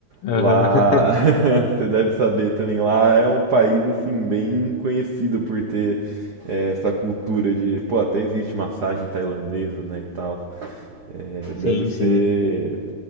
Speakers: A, on the left; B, on the right.
A: Aham.
B: lá,
A: <laughs>
B: <laughs> você deve saber também, lá é um país assim bem conhecido por ter é, essa cultura de, pô, até existe massagem tailandesa, né, e tal. É,
A: Sim,
B: deve ser,
A: sim.